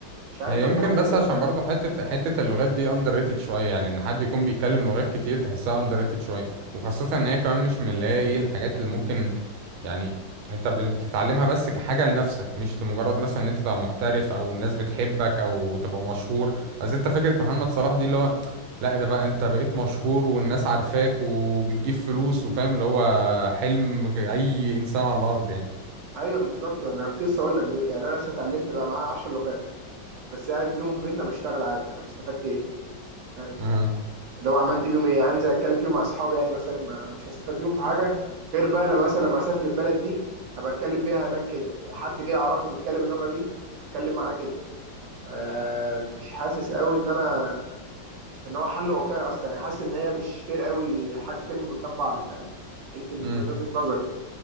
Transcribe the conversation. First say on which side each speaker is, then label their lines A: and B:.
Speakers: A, on the right; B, on the right.
A: مش عارف
B: هي
A: لو
B: يمكن
A: في حد
B: بس
A: كده
B: عشان
A: فعلا
B: برضه حتة حتة اللغات دي اندر ريتد شوية يعني ان حد يكون بيتكلم لغات كتير تحسها اندر ريتد شوية وخاصة ان هي كمان مش من اللي هي ايه الحاجات اللي ممكن يعني انت بت- بتتعلمها بس كحاجة لنفسك مش لمجرد مثلا ان انت تبقى محترف او الناس بتحبك او تبقى مشهور اصل انت فكرة محمد صلاح دي اللي هو لا ده بقى انت بقيت مشهور والناس عارفاك وبتجيب فلوس وفاهم اللي هو حلم اي انسان على الارض يعني
A: ايوه بالظبط انا كنت لسه اقول لك ب- يعني انا لسه اتعلمت بقى معايا 10 لغات بس قاعد بيهم في بيتنا بشتغل عادي طب استفدت ايه فاهم
B: اها
A: لو عملت بيهم ايه هنزل اتكلم فيهم مع اصحابي يعني مثلا ما مش هستفاد بيهم في حاجه غير بقى لما مثلا لما اسافر البلد دي ابقى اتكلم بيها هناك كده حد جه اعرفه بيتكلم اللغه دي اتكلم معاه كده ف- مش حاسس قوي ان انا ان هو حل واقعي اصلا يعني حاسس ان هي مش فير قوي حاجتين قدام بعض فاهم يمكن
B: ماشي.
A: من وجهة نظري